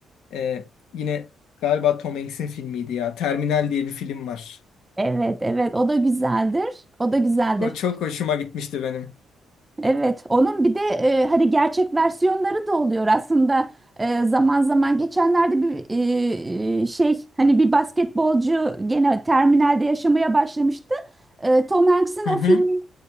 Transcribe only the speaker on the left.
Ee, yine galiba Tom Hanks'in filmiydi ya. Terminal diye bir film var.
O çok hoşuma gitmişti benim.
Hı hı.